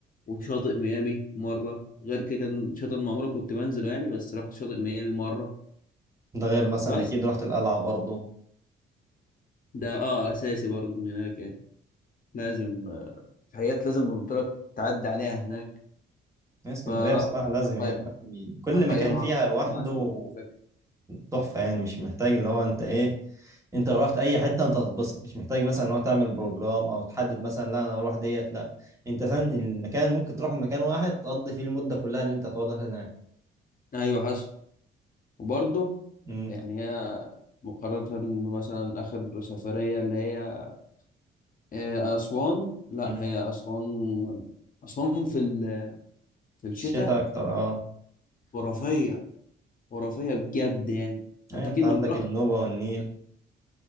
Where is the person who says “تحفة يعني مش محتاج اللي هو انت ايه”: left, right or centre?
Right